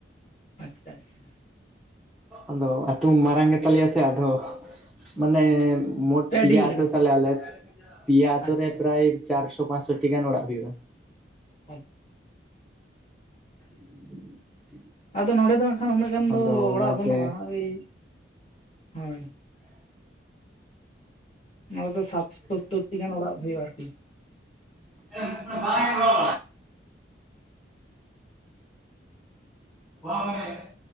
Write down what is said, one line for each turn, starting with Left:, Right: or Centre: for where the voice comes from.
Left: ᱟᱪᱪᱷᱟ ᱟᱪᱪᱷᱟ
Centre: ᱟᱫᱚ ᱟᱹᱛᱩ ᱢᱟᱨᱟᱝ ᱜᱮᱛᱟᱞᱮᱭᱟ ᱥᱮ ᱟᱫᱚ, ᱢᱟᱱᱮ ᱢᱳᱴ
Left: ᱯᱮ
Centre: ᱯᱮᱭᱟ
Left: ᱟᱹᱰᱤ ᱠᱟᱱᱟ
Centre: ᱟᱹᱛᱩ
Left: ᱯᱮ
Centre: ᱛᱟᱞᱮ ᱟᱞᱮ ᱯᱮᱭᱟ ᱟᱛᱳ
Left: ᱟᱪᱪᱷᱟ
Centre: ᱨᱮ ᱯᱨᱟᱭ ᱪᱟᱨᱥᱚ ᱯᱟᱸᱪᱥᱚᱴᱤ ᱜᱟᱱ ᱚᱲᱟᱜ ᱦᱩᱭᱩᱜᱼᱟ᱾
Left: ᱟᱪᱪᱷ
Centre: <inaudible>
Left: ᱟᱫᱚ ᱱᱚᱸᱰᱮ ᱫᱚ ᱱᱟᱜ ᱠᱷᱟᱱ ᱩᱱᱟᱹᱜ ᱜᱟᱱ
Centre: ᱟᱫᱚ
Left: ᱫᱚ
Centre: ᱚᱱᱟᱛᱮ
Left: ᱚᱲᱟᱜ ᱵᱟᱹᱱᱩᱜᱼᱟ ᱳᱭ ᱦᱳᱭ ᱱᱚᱸᱰᱮ ᱫᱚ ᱥᱟᱴ ᱥᱳᱛᱛᱳᱨᱴᱤ ᱜᱟᱱ ᱚᱲᱟᱜ ᱦᱩᱭᱩᱜᱼᱟ ᱟᱨᱠᱤ᱾
Centre: <unintelligible> <unintelligible>